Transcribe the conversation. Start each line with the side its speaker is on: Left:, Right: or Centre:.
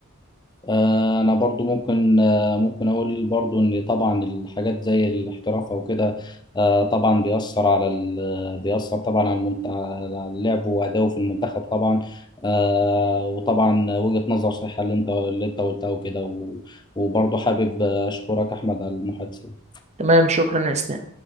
Left: آه، انا برضو ممكن آه، ممكن اقول برضو ان طبعا الحاجات زي الاحتراف او كده آه، طبعا بيأثر على ال... بيأثر طبعا على, المنت... على لعبه وأداؤه في المنتخب طبعا آه، وطبعا وجهة نظر صحيحة اللي انت اللي انت قلتها وكده و... وبرضو حابب اشكرك احمد على المحادثة
Right: تمام شكرا يا اسلام